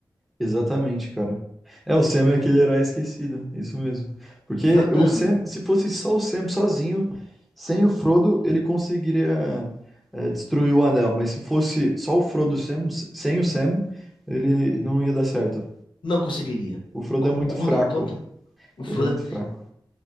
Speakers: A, in the centre; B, on the left (about 80°).
A: Exatamente, cara. É, o Sam é aquele herói esquecido, isso mesmo. Porque
B: Exatamente.
A: o Sam, se fosse só o Sam sozinho, sem o Frodo, ele conseguiria é, destruir o anel. Mas se fosse só o Frodo e o Sam, sem o Sam, ele não ia dar certo.
B: Não conseguiria.
A: O Frodo
B: Concordo
A: é muito fraco. O
B: o Frodo.
A: Frodo é muito fraco.